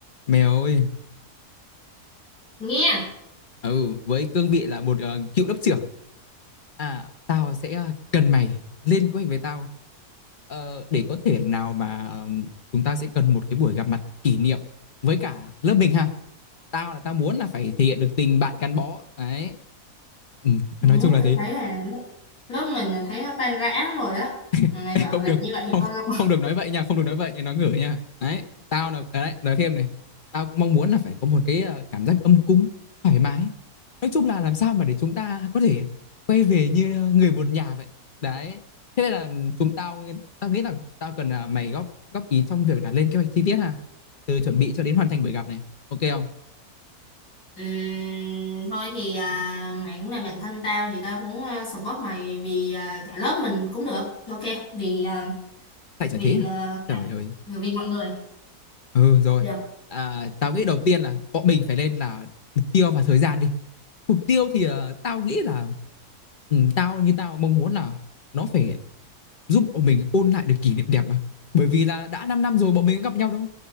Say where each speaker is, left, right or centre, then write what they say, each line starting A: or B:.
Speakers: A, on the left (about 35°); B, on the left (about 65°).
A: Mèo ơi,
B: nghe
A: ừ, với cương vị là một ờ, cựu lớp trưởng. À, tao sẽ ờ, cần mày lên kế hoạch với tao Ờ, để có thể nào mà ừm, chúng ta sẽ cần một cái buổi gặp mặt kỷ niệm với cả lớp mình ha. Tao là tao muốn là phải thể hiện được tình bạn gắn bó. Đấy. Ừ,
B: Đấy,
A: nói chung là
B: tôi
A: thế.
B: thấy là lớp, lớp mình là thấy nó tan rã lắm rồi đó Mà
A: <laughs>
B: mày
A: Ê,
B: bảo
A: không
B: làm
A: được
B: như vậy thì
A: không
B: thôi đâu có
A: không được
B: <laughs>
A: nói vậy nha không được nói vậy nha nó ngửi nha đấy tao là à, đấy nói thêm này tao cũng mong muốn là phải có một cái ờ, cảm giác ấm cúng thoải mái nói chung là làm sao mà để chúng ta có thể quay về như người một nhà vậy đấy thế nên là chúng tao tao nghĩ là tao cần là mày góp góp ý trong việc là lên kế hoạch chi tiết ha từ chuẩn bị cho đến hoàn thành buổi gặp này ok không
B: Ừm, thôi thì à, mày cũng là bạn thân tao thì tao cũng à, support mày vì à, cả lớp mình cũng được ok vì à,
A: tại chả
B: vì
A: thế à
B: à, cả
A: trời ơi
B: vì mọi người
A: ừ rồi
B: được
A: à, tao nghĩ đầu tiên là bọn mình phải lên là mục tiêu và thời gian đi mục tiêu thì ờ, tao nghĩ là ừ, tao như tao mong muốn là nó phải giúp bọn mình ôn lại được kỷ niệm đẹp mà bởi vì là đã 5 năm rồi bọn mình có gặp nhau đâu